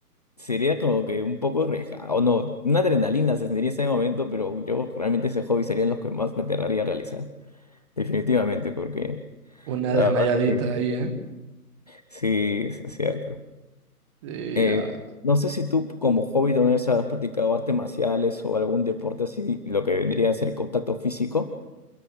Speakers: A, on the left; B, on the right.
A: sería como que un poco arriesgado, no, una adrenalina se sentiría en ese momento, pero yo realmente ese hobby serían los que más me aterraría a realizar, definitivamente, porque
B: Una
A: la
B: desmayadita
A: verdad que
B: ahí, ¿eh?
A: sí, es cierto.
B: Y,
A: Eh,
B: ah,
A: no sé si tú como hobby también has practicado artes marciales o algún deporte así, lo que vendría a ser contacto físico.